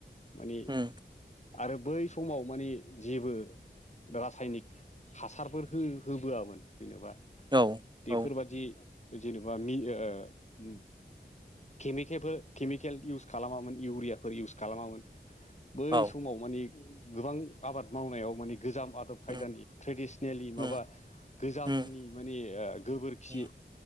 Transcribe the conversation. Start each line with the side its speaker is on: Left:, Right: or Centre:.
Left: माने
Right: उम
Left: आरो बै समाव माने जेबो रासायनिक हासारफोर हो होबोआमोन जेनबा
Right: औ
Left: बेफोरबादि
Right: औ
Left: जेनबा मि ओ उम केमिकेबो केमिकेल इउस खालामामोन इउरियाफोर इउस खालामामोन। बै
Right: औ
Left: समाव माने गोबां आबाद मावनायाव माने गोजाम आदब खायदानि
Right: उम
Left: ट्रेडिसनेलि
Right: उम
Left: माबा गोजामनि
Right: उम
Left: माने ओ गोबोरखि
Right: उम